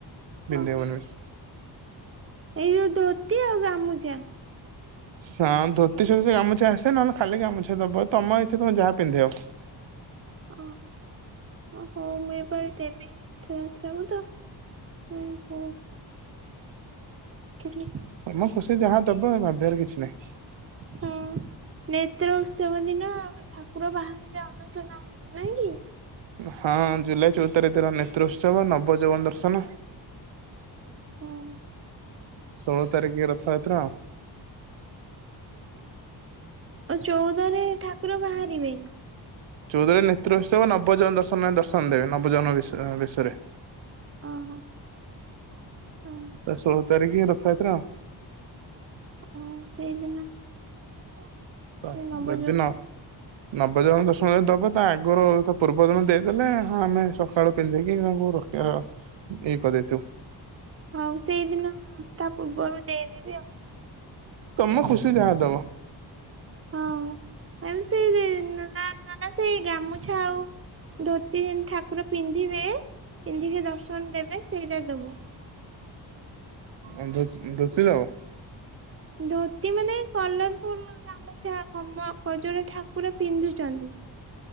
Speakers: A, on the right (about 80°); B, on the right (about 30°).
A: ପିନ୍ଧାଇବୁନି।
B: ଓହୋ ଏଇ ଯୋଉ ଧୋତି ଆଉ ଗାମୁଛା।
A: ହ ଧୋତି ସଇତ ଗାମୁଛା ଆସେ ନହେଲେ ଖାଲି ଗାମୁଛା ଦବ ତମ ଇଛା ତମେ ଯାହା ପିନ୍ଧେଇବ । <inaudible>
B: ଓହୋ ଓ ହଉ ମୁଁ ଏବୋର ଦେବି ରଥଯାତ୍ରାକୁ ତ ଏଁ ବ ଲ <unintelligible>
A: ତମ ଖୁସି ଯାହା ଦବ ଭାବିବାରେ କିଛି ନାହିଁ।
B: ହଁ। ନେତ୍ର ଉତ୍ସବ ଦିନ ଠାକୁର ବାହାରିବେ ଅନସନରୁ ନାଇଁ କି।
A: ହଁ ଜୁଲାଇ ଚଉ ତାରିଖର ନେତ୍ରୋତ୍ସବ ନବ ଜବନ ଦର୍ଶନ।
B: ହଁ।
A: ଷୋଳ ତାରିଖ ରଥଯାତ୍ରା।
B: ଆ ଚଉଦରେ ଠାକୁର ବାହାରିବେ।
A: ଚଉଦରେ ନେତ୍ର ଉତ୍ସ୍ବ ନବଜ ଦର୍ଶନ ଦର୍ଶନ ଦେବେ ନବଜନ୍ମ ବେଶରେ।
B: ଓ ହୋ ହ।
A: ଷୋଳ ତାରିଖ ରଥଯାତ୍ରା।
B: ହଁ ସେଇଦିନ ଦେଇଦବି ନହଲେ ଆଉ।
A: ହ
B: ସେ ନବ
A: ଯଦିି
B: ଯୌବନ
A: ନ ନବେ ଜଣ ଦର୍ଶମ ଯ ଦବା ତା ଆଗରୁ ତ ପୂର୍ବ ଦିନ ଦେଇଦେଲେ ହ ଆମେ ସକାଳୁ ପିନ୍ଧିକି ତାଙ୍କୁ ରଖ ଇଏ କରିଦେଇଥିବୁ।
B: ହଉ ସେଇଦିନ ତା ପୂର୍ବରୁ ଦେଇଦେବି ଆଉ।
A: ତମ ଖୁସି ଯାହା ଦବ।
B: ହଁ। ମ୍ୟାମ୍ ସେଇ
A: <inaudible>
B: ନା ନା ସେଇ ଗାମୁଛା ଆଉ ଧୋତି ଠାକୁର ପିନ୍ଧିବେ ପିନ୍ଧିକି ଦର୍ଶନ ଦେବେ ସେଇଟା ଦବୁ।
A: ଉଂ ଧୋତ୍ ଧୋତି ଦବ?
B: ଧୋତି ମାନେ ଏଇ କଲର୍ ଫଲର୍ ଗା ଗାମୁଛା କମଜଳ ଠାକୁର ପିନ୍ଧୁଛନ୍ତି।